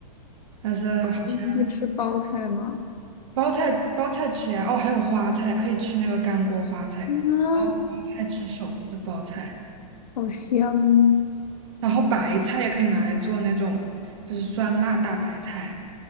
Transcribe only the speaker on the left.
你们会吃包菜吗？
啊，
好香